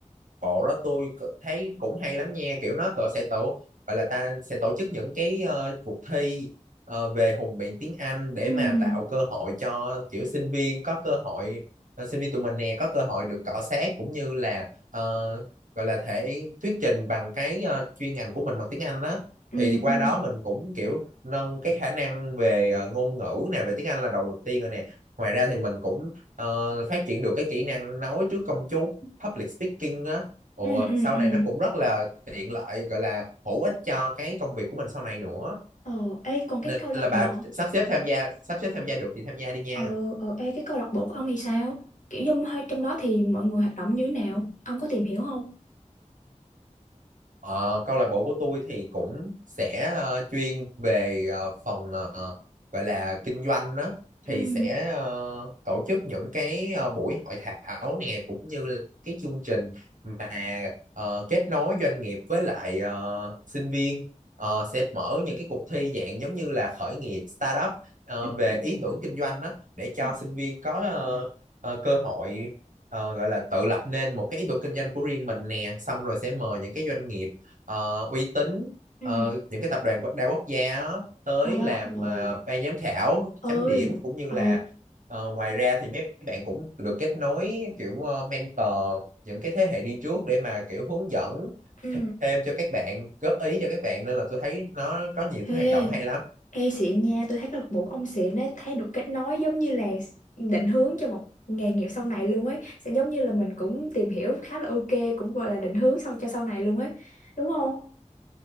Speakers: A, on the right; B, on the left.
A: bộ đó tôi c- thấy cũng hay lắm nha kiểu nó tổ sẽ tổ gọi là ta sẽ tổ chức những cái ờ, cuộc thi ờ, về hùng biện tiếng Anh để
B: ừ
A: mà tạo cơ hội cho kiểu sinh viên có cơ hội ờ, sinh viên tụi mình nè có cơ hội được cọ xát cũng như là ờ, gọi là thể thuyết trình bằng cái ờ, chuyên ngành của mình bằng tiếng Anh đó
B: ừ
A: thì qua
B: ừ
A: đó mình cũng kiểu nâng cái khả năng về ờ, ngôn ngữ nè về tiếng Anh là đầu tiên rồi nè ngoài ra thì mình cũng ờ, phát triển được cái kỹ năng nói trước công chúng public speaking á Ủa,
B: ừ ừ
A: sau
B: ừ.
A: này nó cũng rất là tiện lợi gọi là hữu ích cho cái công việc của mình sau này nữa
B: Ờ, ê, còn cái
A: nên
B: câu lạc
A: là bà
B: bộ
A: sắp xếp tham gia sắp xếp tham gia được thì tham gia đi nha
B: Ờ, ờ, ê, cái câu lạc bộ của ông thì sao? Kiểu như hơi- trong đó thì mọi người hoạt động như thế nào? Ông có tìm hiểu không?
A: Ờ, câu lạc bộ của tôi thì cũng sẽ ờ, chuyên về ờ, phần ờ, gọi là kinh doanh đó
B: Ừ,
A: thì sẽ ờ, tổ chức những cái ờ, buổi hội thảo nè cũng như là cái chương trình mà ờ, kết nối doanh nghiệp với lại ờ, sinh viên Ờ, sẽ mở những cái cuộc thi dạng giống như là khởi nghiệp startup ờ,
B: ừ,
A: về ý tưởng kinh doanh đó để cho
B: ừ,
A: sinh viên có ờ, ờ, cơ hội ờ, gọi là tự lập nên một cái ý tưởng kinh doanh của riêng mình nè xong rồi sẽ mời những cái doanh nghiệp ờ, uy tín
B: ừ.
A: ờ, những cái tập đoàn qu- đa quốc gia á, tới
B: Ờ,
A: làm
B: ờ,
A: ờ, ban giám khảo
B: ơi,
A: chấm điểm cũng như
B: ừ,
A: là ờ, ngoài ra thì mấy bạn cũng được kết nối kiểu ờ, mentor những cái thế hệ đi trước để mà kiểu hướng dẫn
B: ừ.
A: thêm cho các bạn góp ý cho các bạn nên là tôi thấy nó có nhiều
B: Ê,
A: cái hoạt động hay lắm
B: ê xịn nha, tôi thấy câu lạc bộ của ông xịn ấy, thấy được kết nối giống như là định hướng cho một nghề nghiệp sau này luôn ấy. Sẽ giống như là mình cũng tìm hiểu khá là ok, cũng gọi là định hướng sau cho sau này luôn ấy. Đúng không?